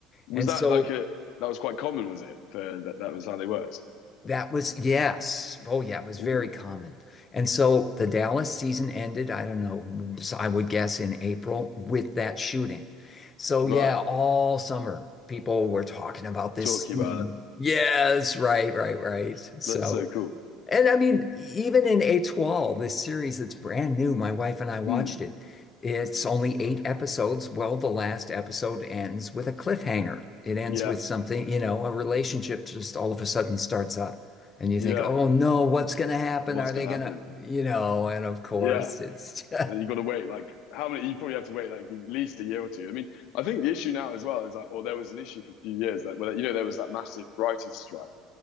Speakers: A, on the left; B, on the left.
A: Was
B: And
A: that
B: so
A: like a that was quite common? Was it for that? That was how they worked.
B: That was, yes. Oh, yeah, it was very
A: Ooh.
B: common. And so the Dallas season ended, I don't know, so I would guess in April with that shooting. So,
A: Right.
B: yeah, all summer people were talking about this
A: Talking
B: scene.
A: about it.
B: Yes, right, right, right. So,
A: That's so cool.
B: and I mean, even in A12, this series that's brand new, my wife and I watched
A: Mm.
B: it. It's only eight episodes. Well, the last episode ends with a cliffhanger. It ends
A: Yeah,
B: with something, you know, a relationship just all of a sudden starts up. And you
A: yeah.
B: think, oh no, what's going to happen?
A: What's
B: Are
A: gonna
B: they going
A: happen?
B: to, you know, and of course
A: Yeah,
B: it's, <laughs>
A: and then you got to wait like how many? You probably have to wait like at least a year or two. I mean, I think the issue now as well is that, or there was an issue for a few years that, well, you know, there was that massive writers' strike,